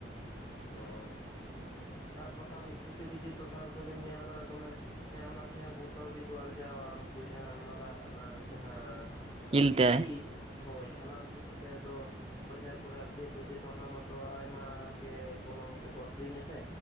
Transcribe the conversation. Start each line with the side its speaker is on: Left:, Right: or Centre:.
Right: <inaudible>
Left: ᱚ ᱟᱪᱪᱷᱟ ᱟᱪᱪᱷᱟ ᱟᱨ ᱵᱟᱠᱷᱟᱱ ᱠᱤᱪᱷᱩ ᱠᱤᱪᱷᱩ ᱴᱚᱴᱷᱟ ᱨᱮᱫᱚ ᱞᱤᱧ ᱧᱮᱞ ᱠᱟᱫᱟ ᱫᱚᱢᱮ ᱦᱮᱸ ᱚᱱᱟ ᱛᱮᱦᱚᱸ ᱩᱱᱠᱩ ᱠᱟᱹᱣᱰᱤ ᱠᱚ ᱟᱨᱡᱟᱣᱟ ᱩᱱᱠᱩ ᱡᱟᱦᱟᱸ ᱢᱟᱨᱟᱜ ᱱᱟᱜ ᱡᱟᱦᱟᱸ ᱟᱨᱠᱤ
Right: ᱤᱞ ᱛᱮ
Left: ᱤᱞ ᱦᱳᱭ ᱦᱟᱞᱟᱝ ᱟᱹᱜᱩ ᱠᱟᱛᱮ ᱟᱫᱚ ᱵᱟᱡᱟᱨ ᱠᱚᱨᱮ ᱟᱠᱷᱨᱤᱧ ᱠᱚ ᱤᱫᱤ ᱛᱮ ᱚᱱᱟ ᱢᱟᱛᱚ ᱟᱭᱢᱟ ᱜᱮ ᱜᱚᱱᱚᱝ ᱛᱮᱠᱚ ᱟᱠᱷᱨᱤᱧᱟ ᱥᱮ